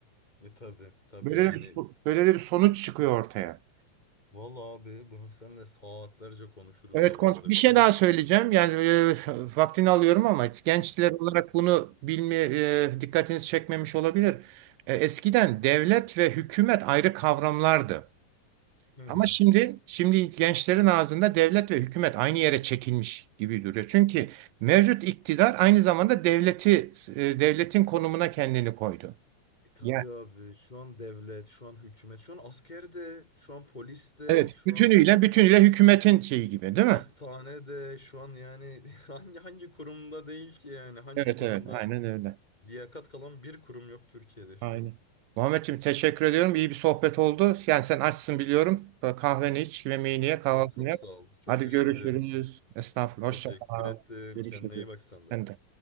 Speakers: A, on the left; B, on the right.
A: E tabi tabi
B: Böyle
A: yani.
B: de bir, böyle de bir sonuç çıkıyor ortaya.
A: Vallahi abi bunu seninle saatlerce konuşuruz
B: Evet,
A: ha
B: kont-
A: bu arada
B: bir şey
A: biliyor
B: daha
A: musun?
B: söyleyeceğim. Yani e, vaktini alıyorum ama gençler olarak bunu bilme e, dikkatiniz çekmemiş olabilir. E, eskiden devlet ve hükümet ayrı kavramlardı.
A: Hı hı.
B: Ama şimdi şimdi gençlerin ağzında devlet ve hükümet aynı yere çekilmiş gibi duruyor. Çünkü mevcut iktidar aynı zamanda devleti e, devletin konumuna kendini koydu.
A: E tabii
B: Ya
A: abi şu an devlet, şu an hükümet, şu an asker de, şu an polis de,
B: evet.
A: şu
B: Bütünüyle
A: an
B: bütünüyle hükümetin şeyi gibi değil
A: Hastanede
B: mi?
A: şu an yani <laughs> hangi hangi kurumda değil ki yani hangi
B: Evet
A: kurumda
B: evet Evet. aynen öyle.
A: liyakat kalan bir kurum yok Türkiye'de şu
B: Aynen.
A: an.
B: Muhammedciğim teşekkür ediyorum. İyi bir sohbet oldu. Yani sen açsın biliyorum. Kahveni iç, yemeğini ye, kahvaltını
A: Abi çok
B: yap.
A: sağ ol. Çok
B: Hadi
A: düşüncelisin.
B: görüşürüz. Estağfurullah.
A: Teşekkür
B: Hoşça kal.
A: ettim.
B: Görüşürüz.
A: Kendine iyi bak sen de.
B: Ben de.